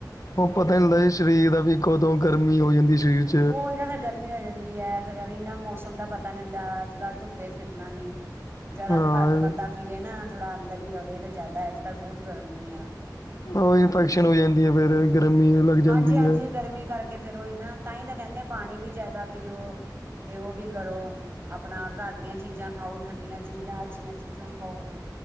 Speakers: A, on the left; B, on the right.
A: ਉਹ
B: ਤੇ
A: ਪਤਾ ਹੁੰਦਾ ਇਸ਼ਕ ਸਰੀਰ ਦਾ ਵੀ ਕਦੋਂ ਗਰਮੀ ਹੋ ਜਾਂਦੀ ਸਰੀਰ ਚ
B: ਉਹ <unintelligible> ਗਰਮੀ ਹੋ ਜਾਂਦੀ ਐ, ਫੇਰ ਏਹੀ ਨਾ ਮੌਸਮ ਦਾ ਪਤਾ ਨੀ ਹੁੰਦਾ, ਅੱਜ-ਕੱਲ ਧੁੱਪੇ ਫਿਰਨਾ ਨੇ ਜਿਆਦਾ
A: ਹਾਂ
B: ਘੱਟ ਬੰਦਾ ਫਿਰੇ ਨਾ ਥੋੜਾ ਅੰਦਰ ਹੀ ਰਵੇ ਤਾਂ ਜ਼ਿਆਦਾ, ਅੱਜ-ਕੱਲ ਬਹੁਤ ਗਰਮੀ ਆ।
A: ਉਹ ਇਨਫੈਕਸ਼ਨ
B: ਹੂਂ,
A: ਹੋ ਜਾਂਦੀ ਹੈ ਫਿਰ ਗਰਮੀ ਲੱਗ ਜਾਂਦੀ
B: ਹਾਂਜੀ-ਹਾਂਜੀ
A: ਹੈ
B: ਗਰਮੀ ਕਰਕੇ ਫੇਰ ਓਹੀ ਨਾ। ਤਾਂਹੀ ਤਾਂ ਕੈਹੰਦੇ ਪਾਣੀ ਵੀ ਜ਼ਿਆਦਾ ਪੀਓ, ਤੇ ਓਹ ਵੀ ਕਰੋ। ਆਪਣਾ ਘਰ ਦੀਆਂ ਚੀਜ਼ਾਂ ਖਾਓ, ਠੰਡੀਆਂ ਚੀਜ਼ਾਂ ਅੱਛੀਆਂ ਚੀਜ਼ਾਂ ਖਾਓ।